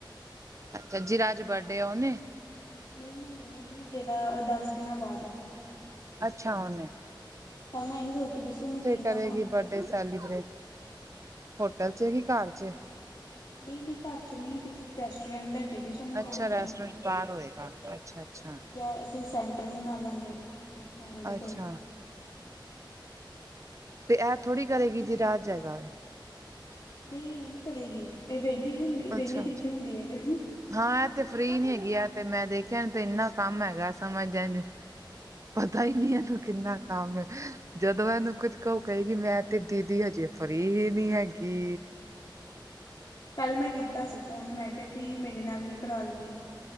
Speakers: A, on the right (about 40°); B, on the left (about 60°).
A: ਅੱਛਾ, ਜਿਰਾ ਅੱਜ ਬਰਡੇ ਐ ਓਨੇਂ?
B: ਨਈ-ਨਈ ਹੁਨੇ ਨਈ ਜਿਦਾ ਅ ਦੱਸ ਦਿਨਾਂ ਬਾਦ ਐ।
A: ਅੱਛਾ ਓਨੇਂ।
B: ਤਾਂਈ ਮੈਂ ਐਹੀ ਸੋਚਦੀ ਸੀ ਕਿ ਉਨੂੰ ਕੀ
A: ਕਰੇਗੀ
B: ਦਵਾਂ।
A: ਬਰਡੇ ਤੇ ਸੈਲੀਬ੍ਰੇਟ, ਹੋਟਲ 'ਚ ਏ ਕਿ ਘਾਰ 'ਚ ਏ?
B: ਨੀ-ਨੀ ਘਰ 'ਚ ਨੀ, ਕਿਸੀ ਰੈਸਟੁਰੈਂਟ ਲੈਜੇਗੀ। ਏਨੂੰ ਖਾਨ
A: ਅੱਛਾ ਰੈਸਟੋਰੈਂਟ
B: ਪੀਲਾਨ
A: ਬਾਹਰ ਹੋਏਗਾ ਅੱਛਾ ਅੱਛਾ
B: ਯਾਂ ਅਸੀਂ ਸੈਂਟਰ ਮਨਾ ਲਾਂਗੇ ਮੈਮ ਦੇ
A: ਅੱਛਾ
B: ਕੋਲ।
A: ਤੇ ਐ ਥੋੜੀ ਕਰੇਗੀ ਜਿਰਾ ਅੱਜ ਹੈਗਾ ਵੇ।
B: ਨਈ ਏ ਨੀ ਕਰੇਗੀ। ਏ ਵੇਲੀ ਈ ਨੀ ਹੁੰਦੀ। ਵੇਲੀ
A: ਅੱਛਾ
B: ਕਿੱਥੇ ਹੁੰਦੀ ਏ।
A: ਹਾਂ, ਐ ਤੇ ਫ੍ਰੀ ਈ ਨੀ ਹੈਗੀ ਐ ਤੇ ਮੈਂ ਦੇਖਿਐ ਐਂਨੰ ਤੇ ਏਨਾਂ ਕੰਮ ਹੈਗੈ ਸਮਝ ਜੈਂਝ ਪਤਾ
B: ਹਮ
A: ਈ ਨੀ ਏਨੂੰ ਕਿੰਨਾ ਕੰਮ ਏ। ਜਦੋਂ ਐਨੂੰ ਕੁੱਝ ਕਓ ਕਏਗੀ ਮੈਂ ਤੇ ਦੀਦੀ ਹਜੇ ਫ੍ਰੀ ਹੀ ਨੀ ਹੈਗੀ।
B: ਪੈੱਲ ਮੈਂ ਕੀਤਾ ਸੀ ਫੋਨ। ਮੈਂ ਕਿਆ ਕਿ ਮੇਰੇ ਨਾਲ ਵੀ ਕਰਾ ਲਵੀਂ